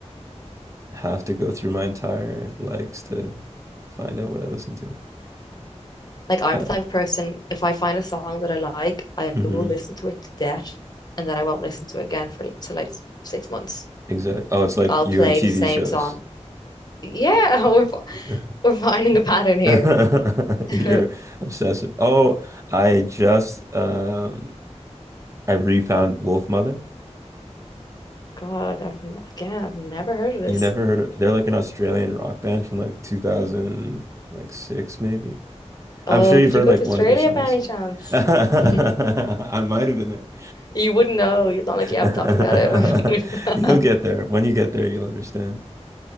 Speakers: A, on the right; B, on the left.
A: have to go through my entire likes to find out what I listen to.
B: like I'm
A: Uh,
B: the type of person, if I find a song that I like, I
A: mm-hmm.
B: will listen to it to death and then I won't listen to it again for to like six months.
A: Exactly. Oh, it's like
B: Like I'll
A: you
B: play
A: and TV
B: the same
A: shows.
B: song. Yeah, <laughs> we're fi-
A: <laughs>
B: we're finding a pattern
A: <laughs>
B: here.
A: You're
B: <laughs>
A: obsessive. Oh, I just um I refound Wolf Mother.
B: God, I've n- again, I've never heard of this.
A: You never heard of, they're like an Australian rock band from like 2000 like six maybe.
B: Oh,
A: I'm sure you've
B: did
A: heard
B: you go
A: like
B: to Australia
A: one of their songs.
B: by any chance?
A: <laughs> I
B: <laughs>
A: might have been
B: You wouldn't know. It's not like you haven't
A: there.
B: talked about it. <laughs>
A: <laughs> You'll get there. When you get there, you'll understand.